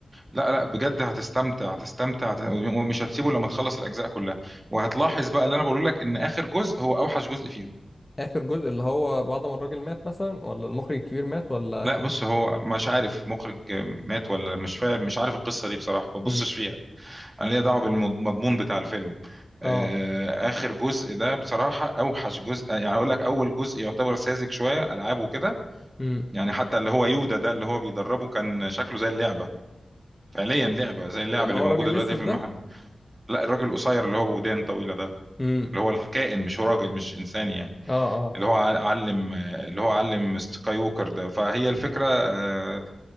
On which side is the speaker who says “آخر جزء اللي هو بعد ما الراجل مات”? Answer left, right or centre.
Left